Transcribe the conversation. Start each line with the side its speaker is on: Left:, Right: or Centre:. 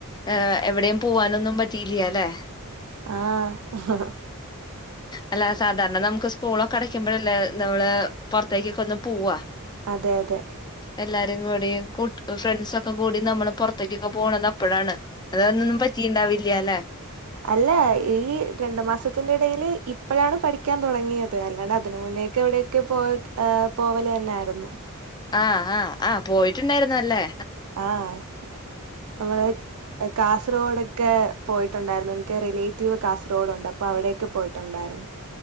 Left: ഏഹ് എവടെയും പൂവാനൊന്നും പറ്റിയില്ല്യാ ല്ലേ.
Right: ആഹ്
Left: അല്ല സാധാരണാ നമ്മക്ക് സ്കൂളൊക്കെ അടയ്ക്ക്മ്പഴല്ലേ നമ്മള് പോറത്തേക്കെക്കൊന്ന് പൂവാ
Right: അതെ അതെ
Left: എല്ലാരും കൂടി കൂട്ട് ഫ്രണ്ട്സ് ഒക്കെ കൂടി നമ്മള് പോറത്തേക്കൊക്കെ പോണത് അപ്പഴാണ് അത് കാരണം ഒന്നും പറ്റിണ്ടാവില്ല്യാ ല്ലെ
Right: അല്ലാ ഈ രണ്ട് മാസത്തിന്റെ ഇടയില് ഇപ്പഴാണ് പഠിക്ക്യാൻ തൊടങ്ങിയത് അല്ലാണ്ട് അതിന് മുന്നേയൊക്കെവടെ ക്കേ പോക് ഏഹ് പോവല് തന്നായിരുന്നു
Left: ആഹ് ആഹ് ആഹ് പോയിട്ട് ഇണ്ടായ്രുന്നു അല്ലേ.
Right: ആഹ് നമ്മള് കാസർഗോഡൊക്കെ പോയിട്ട് ഒണ്ടാരുന്നു എനിക്ക് റിലേറ്റീവ് കാസർഗോഡണ്ട് അപ്പോ അവടെയൊക്കെ പോയിട്ട് ഒണ്ടാര് <inaudible>